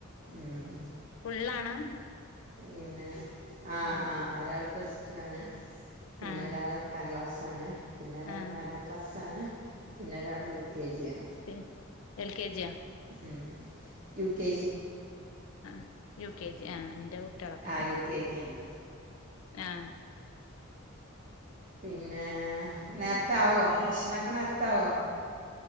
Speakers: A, on the right (about 40°); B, on the left (about 75°).
A: ഉം.
B: ഫുള്ളാണാ
A: പിന്നെ ആ
B: ഉം
A: ആ ഒരാള് പ്ലസ് ക്ക്യാണ് പിന്നെ
B: ആഹ്
A: ഒരാള് എട്ടാം ക്ലാസ് ആണ് പിന്നെ ഒരാള്
B: ആഹ്
A: നാലാ ക്ലാസ്സാണ് പിന്നെ ഒരാള് യു കെ ജിയാ
B: തെ എൽ കെ ജിയാ
A: മ് യു കെ ജി
B: ആഹ് യു കെ ജി ആ അ ന്റെ കുട്ട്യേളപ്പം
A: ആ യു കെ ജി ആണ്
B: ആ
A: പിന്നേ നേര്ത്താവോ ഭക്ഷണൊക്കെ നേര്ത്താവോ